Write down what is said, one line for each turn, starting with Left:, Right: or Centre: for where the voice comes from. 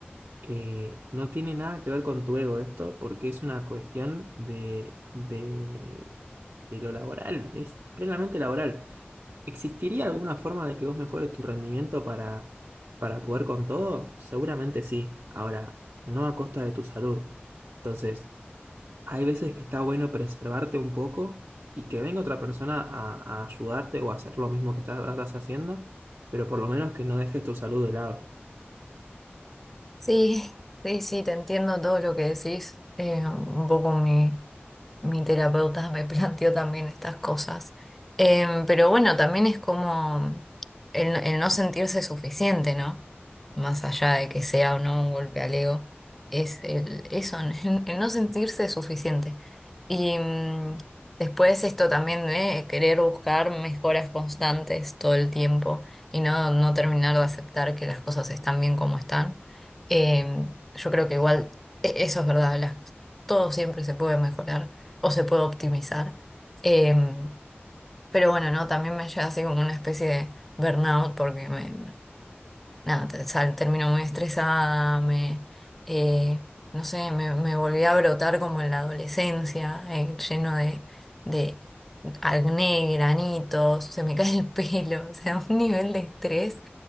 Right: eh, no tiene nada que ver con tu ego esto, porque es una cuestión de, de, de lo laboral, es plenamente laboral. ¿Existiría alguna forma de que vos mejores tu rendimiento para, para poder con todo? Seguramente sí. Ahora, no a costa de tu salud. Entonces, hay veces que está bueno preservarte un poco y que venga otra persona a, a ayudarte o a hacer lo mismo que estás, estás haciendo, pero por lo menos que no dejes tu salud de lado.
Centre: Sí, sí, sí, te entiendo todo lo que decís. Eh, un poco mi mi terapeuta me <laughs> planteó también estas cosas. Em, pero bueno, también es como el, el no sentirse suficiente, ¿no? Más allá de que sea o no un golpe al ego, es el, eso, <laughs> el no sentirse suficiente. Y mm, después esto también de querer buscar mejoras constantes todo el tiempo y no, no terminar de aceptar que las cosas están bien como están. Em, yo creo que igual, e- eso es verdad, las- todo siempre se puede mejorar o se puede optimizar. Em, pero bueno, no, también me lleva así como una especie de burnout porque me, nada, te- sal- termino muy estresada, me, eh, no sé, me, me volví a brotar como en la adolescencia, eh, lleno de, de acné, granitos, se me <laughs> cae el pelo, <laughs> o sea, un nivel de estrés.